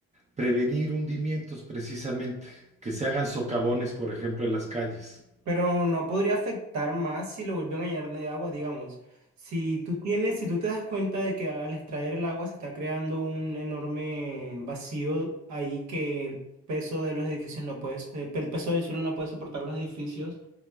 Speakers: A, on the right; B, on the right.
A: prevenir hundimientos precisamente, que se hagan socavones, por ejemplo, en las calles.
B: pero no podría afectar más si lo vuelven a llenar de agua, digamos. Si tú tienes, si tú te das cuenta de que al extraer el agua se está creando un enorme vacío ahí que el peso de los edificios no puede, so- eh, el peso del suelo no puede soportar los edificios.